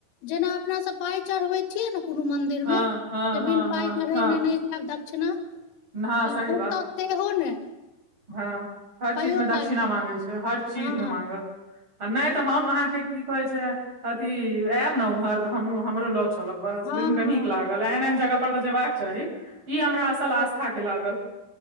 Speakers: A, on the left; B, on the right.
A: जेना अपना सब पाइ चढ़बै छियै ने कोनो मन्दिर दिर
B: हँ
A: मे
B: हँ
A: जे
B: हँ
A: बिन
B: हँ
A: पाइ चढ़ेने
B: हँ
A: नई जेब दक्षिणा
B: हँ
A: ल-
B: सही बात
A: ओतऽ सेहो ने
B: हँ हर
A: पाइयो
B: चीजमे दक्षिणा
A: ताइ
B: मांगै छै हर चीज
A: हँ
B: मे मांगत आ नहि त हम अहाँ के की कहै छियै अथी एयब ने उम्हर तऽ हमहूँ हमरो ल चलब चल बस सुनि
A: हँ
B: कऽ
A: हँ
B: नीक लागल एहन एहन जगह पर तऽ जेयबाक चाही ई हमरा असल आस्था के लागल